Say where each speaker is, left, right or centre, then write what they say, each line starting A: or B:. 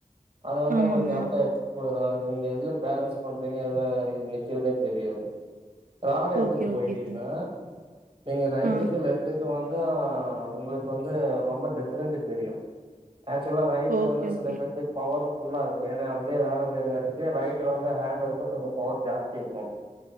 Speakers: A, on the right; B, on the right.
A: அது வந்து
B: ஆமாங்க
A: உங்களுக்கு கரெக்டா எடுத்துட் போயிரூ அது நீங்க எதுல பேலன்ஸ் பண்றீங்க எதுல நிக்கிதுனே தெரியாது ராடு எடுத்துட்டு
B: ஓகே
A: போயிட்டீங்ன்னா
B: ஓகே சார்
A: நீங்க ரைட்டுக்கு
B: ஆ
A: லெஃப்டுக் இது வந்து உங்களுக்கு வந்து ரொம்ப டிஃப்ரெண்டு தெரியு ஆக்சுவலா ரைட்டு
B: ஓகே
A: வந்து சில
B: ஓகே
A: பேத்துக்கு பவர் புல்லா இருக்கு ஏன்னா அப்படியே வேல செய்ற காட்டிக்கு ரைட் வந்து ஹேண்டு வந்து கொஞ்ச பவர் ஜாஸ்தி இருக்கூ